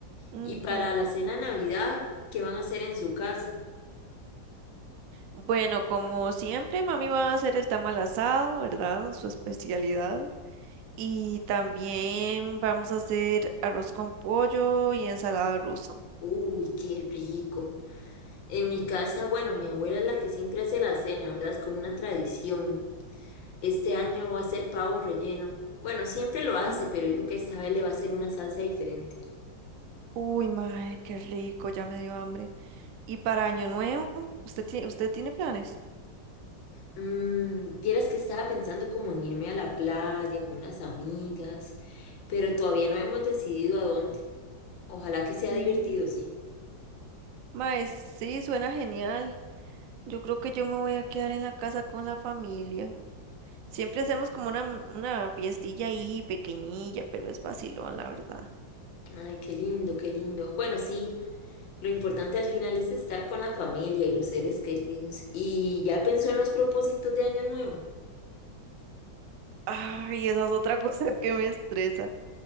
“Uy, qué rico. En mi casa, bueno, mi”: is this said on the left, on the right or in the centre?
Left